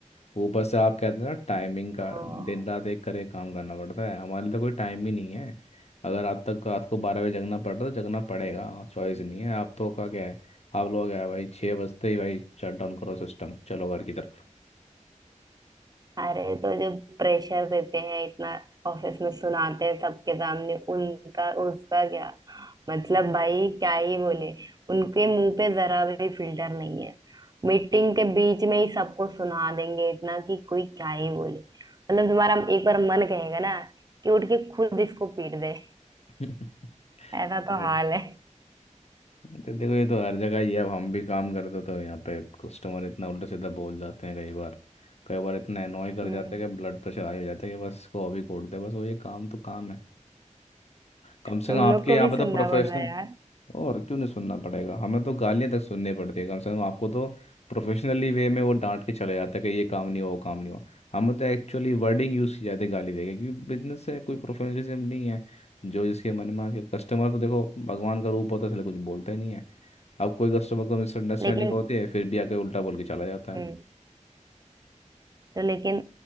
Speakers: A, on the left; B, on the right.
A: ऊपर से आप कहते हैं ना टाइमिंग का
B: हाँ।
A: दिन रात एक करके काम करना पड़ता है हमारे लिए तो कोई टाइम ही नहीं है अगर रात तक रात को बारह बजे जगना पड़ रहा है तो जगना पड़ेगा चॉइस नहीं है आप तो का क्या है आप लोग क्या है भाई छः बजते ही भाई शट डाउन करो सिस्टम चलो घर की तरफ
B: अरे तो जो प्रेशर देते हैं इतना ऑफिस में सुनाते हैं सबके सामने उनका उसका क्या मतलब भाई क्या ही बोले उनके मुंह पे जरा भी फिल्टर नहीं है मीटिंग के बीच में ही सबको सुना देंगे इतना कि कोई क्या ही बोले मतलब तुम्हारा एक बार मन कहेगा ना कि उठ के खुद इसको पीट दे
A: <laughs>
B: ऐसा तो
A: हम्म।
B: हाल है
A: दे- देखो ये तो हर जगह ही है अब हम भी काम करते तो यहाँ पे कस्टमर इतना उल्टा सीधा बोल जाते हैं कई बार कई बार इतना एनॉय कर
B: हम्म,
A: जाते हैं कि ब्लड प्रेशर हाई हो जाता है कि बस इसको अभी कोड दे बस वो ये काम तो काम है कम से
B: तुम
A: कम आपके
B: लोग को
A: यहाँ
B: भी
A: पे तो
B: सुनना
A: प्रोफेशनल
B: पड़ता है यार
A: और क्यों नहीं सुनना पड़ेगा हमें तो गालियां तक सुननी पड़ती है कम से कम आपको तो प्रोफेशनली वे में वो डांट के चले जाते हैं कि ये काम नहीं हुआ वो काम नहीं हुआ हमें तो एक्चुअली वर्डिंग यूज़ की जाती है गाली देके क्योंकि बिजनेस है कोई प्रोफेशनलिज्म नहीं है जो जिसके मन में आके कस्टमर तो देखो भगवान का रूप होता है इसलिए कुछ बोलता ही नहीं है अब कोई कस्टमर को मिसअंडरस्टैंडिंग
B: लेकिन
A: होती है फिर भी आके उल्टा बोल के चला जाता है
B: हम्म तो लेकिन